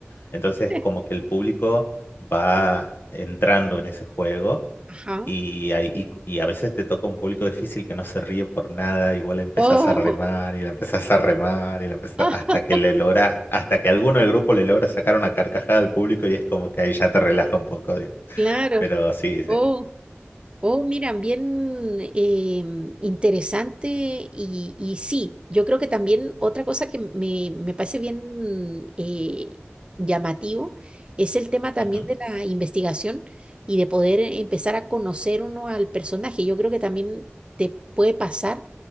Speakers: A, on the left (about 55°); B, on the right (about 25°).
A: Entonces
B: <laughs>
A: como que el público va entrando en ese juego.
B: ajá.
A: Y, hay- y, y a veces te toca un público difícil que no se ríe por nada y vos la empezás
B: Oh,
A: a remar y la empezás a remar y la empezás
B: <laughs>
A: hasta que le logras, hasta que alguno del grupo le logra sacar una carcajada al público y es como que ahí ya te relaja un poco, digamos.
B: claro.
A: Pero sí, sí.
B: Oh. Oh, mira, bien em, interesante y, y sí, yo creo que también otra cosa que me, me parece bien eh, llamativo es el tema también
A: Ujú,
B: de la investigación y de poder empezar a conocer uno al personaje. Yo creo que también te puede pasar